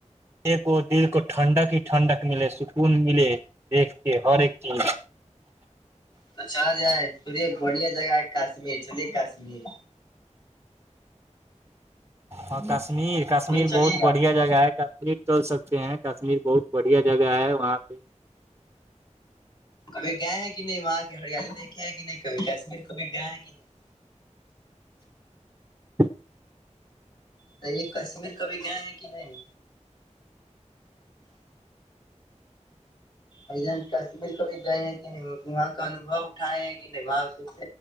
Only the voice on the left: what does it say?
تو چاں ج ہے سور بڑھیا جگہ ہے کشمیر چلیے کاشمییر
چلیے
گا
کبھی گ ہے کنی وہاں کہ ہریالی دھے کہ کبھی کشمیر کبھی گ ہے کہ نہیں
تو یہ کشمیر کبھی گئے ہیں کہ نہیں ا جان کشمیر ک بھی گئے ہیں کہ نہیں وہاں کا انوھو اٹھائے ہیں کہ نہیںاں سوچتے